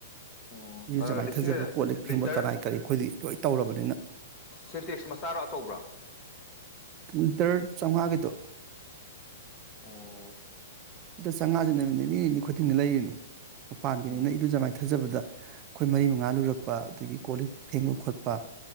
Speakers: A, on the left; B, on the right.
A: ꯑꯣ
B: ꯏꯔꯨꯖ
A: ꯑ
B: ꯃꯥꯏꯊꯖꯕ
A: ꯂꯤꯁꯤꯡ
B: ꯀꯣꯜꯂꯤꯛ ꯐꯦꯡꯕ
A: ꯂꯤꯇꯔ
B: ꯀꯅꯥꯏ ꯀꯔꯤ ꯑꯩꯈꯣꯏꯗꯤ ꯂꯣꯏ ꯇꯧꯔꯕꯅꯤꯅ
A: ꯁꯦꯟꯇꯦꯛꯁ ꯃꯆꯥꯔꯣ ꯑꯆꯧꯕ꯭ꯔꯣ
B: ꯂꯤꯇ꯭ꯔ ꯆꯥꯎꯉꯥꯒꯤꯗꯣ
A: ꯑꯣ
B: ꯑꯗ ꯆꯡꯉꯥꯖꯦ ꯅꯨꯃꯤꯠ ꯅꯤꯅꯤ ꯅꯤꯅꯤ ꯈꯨꯗꯤꯡꯒꯤ ꯂꯩꯔꯤꯅꯤ ꯃꯄꯥꯟꯒꯤꯅꯤꯅ
A: ꯎꯝ
B: ꯏꯔꯨꯖ ꯃꯥꯏꯊꯖꯕꯗ ꯑꯩꯈꯣꯏ ꯃꯔꯤ ꯃꯉꯥ ꯂꯨꯔꯛꯄ ꯑꯗꯒꯤ ꯀꯣꯜꯂꯤꯛ ꯐꯦꯡꯕ ꯈꯣꯠꯄ